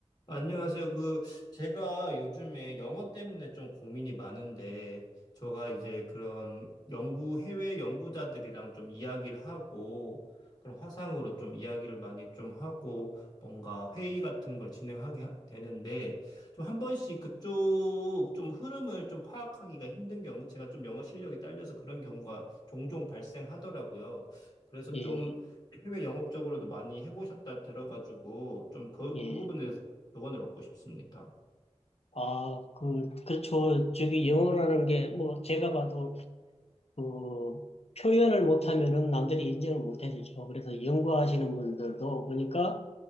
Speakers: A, on the left; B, on the left.
A: 안녕하세요. 그, 제가 요즘에 영어 때문에 좀 고민이 많은데, 제가 이제 그런 연구, 해외 연구자들이랑 좀 이야기를 하고, 그런 화상으로 좀 이야기를 많이 좀 하고, 뭔가 회의 같은 걸 진행하게 하- 되는데, 좀 한 번씩 그쪽 좀 흐름을 좀 파악하기가 힘든 경우, 제가 좀 영어 실력이 딸려서 그런 경우가 종종 발생하더라고요. 그래서
B: 예,
A: 좀 해외 영업 적으로도 많이 해보셨다 들어가지고 좀 그,
B: 예.
A: 그 부분에 대해서 조언을 얻고 싶습니다.
B: 아, 그, 그렇죠. 저기 영어라는 게, 뭐, 제가 봐도, 그, 표현을 못하면은 남들이 인정을 못 해주죠. 그래서 연구하시는 분들도 보니까